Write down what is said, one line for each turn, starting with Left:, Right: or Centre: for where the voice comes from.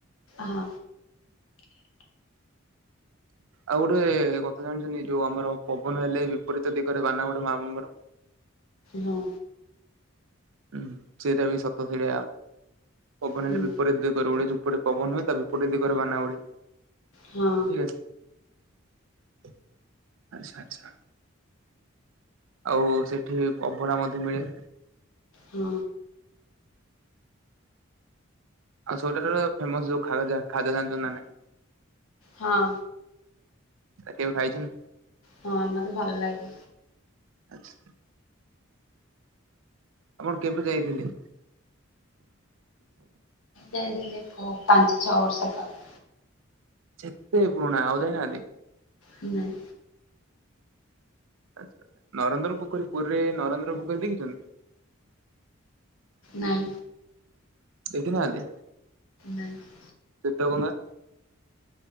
Left: ହଁ।
Right: ଆଉ ଗୋଟେ କଥା ଜାଣିଛନ୍ତି? ଯୋଉ ଆମର ପବନ ହେଲେ ବିପରୀତ ଦିଗରେ ବାନା ଉଡେ ମହାପ୍ରଭୁଙ୍କର।
Left: ହଁ।
Right: ହଁ ସେଇଟା ବି ସତ। ସେଇଟା ପବନ
Left: ହୁଁ
Right: ହେଲେ ବିପରୀତ ଦିଗରେ ଉଡେ ଜଉପଟେ ପବନ ହୁଏ ତା ବିପରୀତ ଦିଗରେ ବାନା ଉଡେ।
Left: ହଁ।
Right: ଠିକ୍ ଅଛି। ଆଚ୍ଛା ଆଚ୍ଛା। ଆଉ ସେଠି ଅଭଡା‌ ମଧ୍ୟ ମିଳେ।
Left: ହଁ।
Right: ଆଉ ସବୁଠାରୁ ଫେମସ୍ ଯୋଉ ଖାଜା ଖାଜା ଜାଣିଛନ୍ତି ନା ନାଇଁ?
Left: ହଁ।
Right: କେବେ ଖାଇଛନ୍ତି?
Left: ହଁ ମତେ ଭଲ ଲାଗେ।
Right: ଆଛା ଆପଣ କେବେ ଯାଇଥିଲେ?
Left: ଯାଇଥିଲି ଟିକେ ପାଞ୍ଚ ଛଅ ବର୍ଷ ତଳେ।
Right: ସେତେ ପୁରୁଣା ଆଉ ଯାଇନାହାନ୍ତି?
Left: ନାଇଁ।
Right: ଆଛା ନରେନ୍ଦ୍ର ପୋଖରୀ ପୁରୀରେ ନରେନ୍ଦ୍ର ପୋଖରୀ ଦେଖିଛନ୍ତି?
Left: ନାଇଁ।
Right: ଦେଖିନାହାନ୍ତି?
Left: ନାଁ।
Right: ଶ୍ଵେତଗଙ୍ଗା।